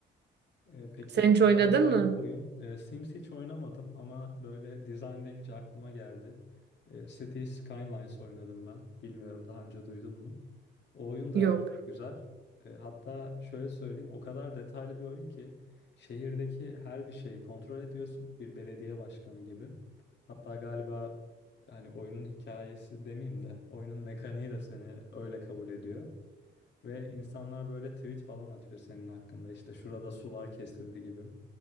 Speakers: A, on the left; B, on the right.
A: E, peki
B: Sen
A: ona
B: hiç oynadın
A: benzer
B: mı?
A: bir oyun. E, Sims hiç oynamadım ama böyle design deyince aklıma geldi. E, City Skylines oynadım ben. Bilmiyorum daha önce duydun mu? O oyun da
B: Yok.
A: çok güzel. E, hatta şöyle söyleyeyim o kadar detaylı bir oyun ki şehirdeki her bir şeyi kontrol ediyorsun bir belediye başkanı gibi. Hatta galiba hani oyunun hikayesi demeyeyim de oyunun mekaniği de seni öyle kabul ediyor. Ve insanlar böyle tweet falan atıyor senin hakkında işte şurada sular kesildi gibi.